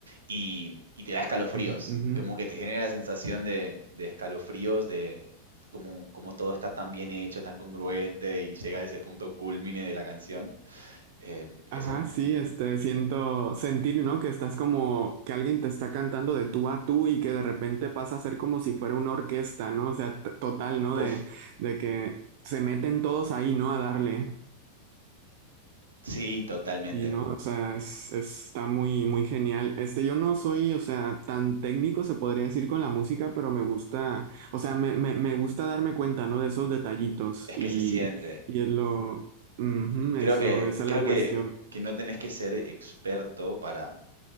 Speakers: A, on the right; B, on the right.
A: y, y te da escalofríos,
B: Ujú.
A: como que te genera la sensación de, de escalofríos, de como, como todo está tan bien hecho, tan congruente y llega a ese punto cúlmine de la canción. Eh, eso,
B: Ajá, sí, este, siento, sentir, ¿no? Que estás como que alguien te está cantando de tú a tú y que de repente pasa a ser como si fuera una orquesta, ¿no? O sea, t- total, ¿no?
A: puff,
B: De, de que se meten todos ahí, ¿no? A darle.
A: sí, totalmente.
B: Y no, o sea, es- es- está muy, muy genial. Este, yo no soy, o sea, tan técnico se podría decir con la música, pero me gusta, o sea, me, me, me gusta darme cuenta, ¿no? De esos detallitos
A: Es
B: y,
A: que se siente.
B: y es lo, ujú,
A: Creo
B: eso,
A: que,
B: esa
A: creo
B: es la
A: que,
B: cuestión.
A: que no tenés que ser experto para, o